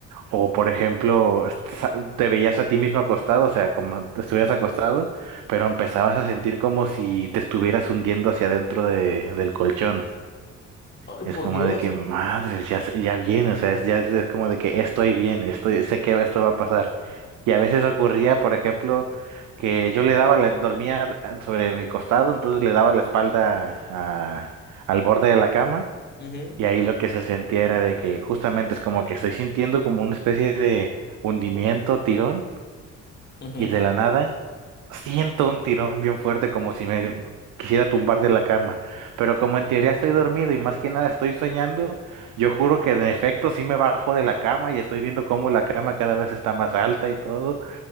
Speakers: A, on the right (about 80°); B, on the left (about 35°).
A: o por ejemplo, sa- te veías a ti mismo acostado, o sea, como te estuvieras acostado, pero empezabas a sentir como si te estuvieras hundiendo hacia adentro de- del colchón.
B: Ay,
A: Es
B: por
A: como
B: Dios.
A: de que, madres, ya, se- ya viene, o sea, es, ya es, es como de que estoy bien, estoy, sé que esto va a pasar. Y a veces ocurría, por ejemplo, que yo le daba, la, dormía sobre mi costado, entonces le daba la espalda a- al borde de la cama,
B: Ujú,
A: y ahí lo que se sentía era de que justamente es como que estoy sintiendo como una especie de hundimiento, tirón.
B: ujú.
A: Y de la nada siento un tirón bien fuerte como si me quisiera tumbar de la cama. Pero como en teoría estoy dormido y más que nada estoy soñando, yo juro que en efecto sí me bajo de la cama y estoy viendo cómo la cama cada vez está más alta y todo.